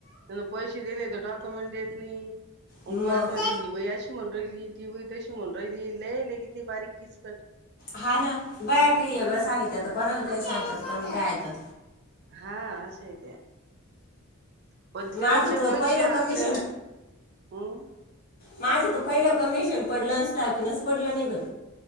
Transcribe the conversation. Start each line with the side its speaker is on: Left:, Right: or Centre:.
Right: अनं पैशे दिले तर डॉक्युमेंट देत नाही,
Left: मग
Right: परत म्हणते हि बाई अशी म्हनून राहिली, ती बई तशी म्हनून राहिली, लय लगि ती बारीक किचकट
Left: हा ना बाया काही
Right: बोलते
Left: येगळं सांगित्यात कोणाला काय सांगत्यात का काय ऐकत
Right: हा असय ते पण
Left: माझं
Right: त्यायच्यापेक्षा
Left: तर पहिलं
Right: आपल्याला
Left: कमिशन
Right: अम्
Left: माझं तर पहिलं कमिशन पडलं आणि स्टायफिनच पडलं नई बाई